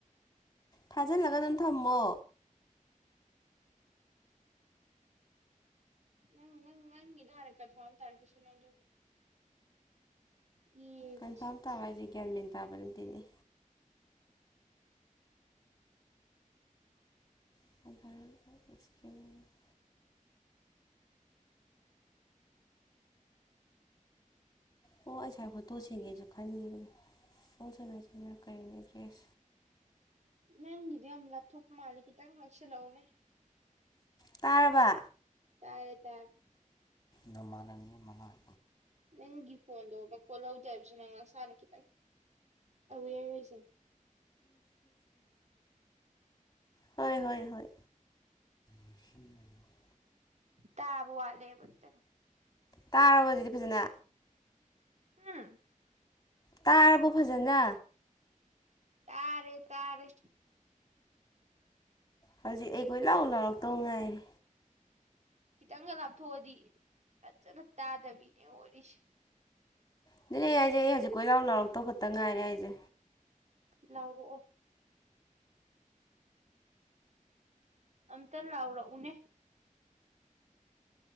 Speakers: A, on the left (about 25°); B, on the right (about 55°).
A: ꯊꯥꯖꯤꯜꯂꯒ ꯑꯗꯨꯝ ꯊꯝꯃꯣ
B: ꯅꯪꯪ ꯅꯪ ꯏ ꯍꯥꯏꯔꯅ ꯀꯟꯐꯥꯝ ꯇꯔꯛꯀꯁ ꯅꯨ ꯌꯦꯡꯉꯁꯤ
A: ꯀꯟꯐꯥꯔꯝ ꯇꯥꯕ ꯍꯥꯏꯁꯦ ꯒ꯭ꯌꯥꯃꯦꯟ ꯇꯥꯕ ꯅꯠꯇꯦꯅꯦ <unintelligible> ꯑꯣ ꯑꯩꯁꯥꯏ ꯐꯣꯇꯣ ꯁꯦꯝꯦꯡꯒꯦꯁꯨ ꯈꯟꯈꯤꯕꯅꯦ ꯍ ꯁꯨꯉꯥꯏ ꯁꯣꯏꯅꯔꯛ ꯀꯔꯤꯅꯦ ꯑꯦꯗ꯭ꯔꯦꯁ
B: ꯅꯒꯤꯗꯨ ꯌꯥꯝꯅꯥ ꯂꯞꯊꯣꯛꯄ ꯃꯥꯂꯦ ꯈꯤꯇꯪ ꯅꯥꯛꯁꯤꯜ ꯂꯛꯎꯅꯦ
A: ꯇꯥꯔꯕ
B: ꯇꯥꯏꯌꯦ ꯇꯥꯏꯌꯦ
A: ꯅꯥꯃꯟꯅꯕꯤ ꯃꯅꯥꯏ
B: ꯅꯪꯒꯤ ꯐꯣꯟꯗꯣ ꯃꯈꯣꯟ ꯍꯧꯗꯦ ꯍꯥꯏꯕꯁꯦ ꯅꯪ ꯅꯁꯅꯥ ꯈꯤꯇꯪ ꯑꯋꯥꯔꯦ ꯑꯣꯏꯖꯥꯎ
A: ꯍꯣꯏ ꯍꯣꯏ ꯍꯣꯏ ꯎꯝ <inaudible>
B: ꯇꯥꯕꯥ ꯋꯥꯠꯂꯦꯕꯥ ꯈꯤꯇꯥꯡ
A: ꯇꯥꯔꯕ ꯑꯗꯨꯗꯤ ꯐꯖꯅꯥ
B: ꯍꯨꯝ
A: ꯇꯥꯔꯕꯣ ꯐꯖꯅꯥ
B: ꯇꯥꯔꯦ ꯇꯥꯔꯦ
A: ꯍꯧꯖꯤꯛ ꯑꯩ ꯀꯣꯏꯂꯥꯎ ꯂꯥꯎꯔꯛꯇꯧ ꯉꯥꯏꯔꯦ
B: ꯈꯤꯇꯪꯒ ꯂꯥꯞꯊꯣꯛꯑꯗꯤ ꯐꯖꯅꯥ ꯇꯥꯗꯕꯤꯅꯦ ꯑꯣꯏꯔꯤꯁꯦ
A: ꯑꯗꯨꯅꯦ ꯑꯩ ꯍꯥꯏꯖꯦ ꯑꯩ ꯍꯧꯖꯤꯛ ꯀꯣꯏ ꯂꯥꯎ ꯂꯥꯎꯔꯛꯇꯧ ꯈꯛꯇ ꯉꯥꯏꯔꯦ ꯍꯥꯏꯖꯦ
B: ꯂꯥꯎꯔꯛꯑꯣ ꯑꯝꯇꯥ ꯂꯥꯎꯔꯛ ꯎꯅꯦ